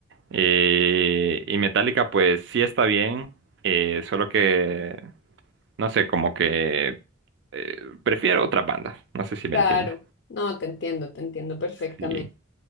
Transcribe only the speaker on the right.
Eh, y Metallica, pues sí está bien, eh, solo que, no sé, como que eh, prefiero otras bandas. No sé si me
entiendes.
Sí,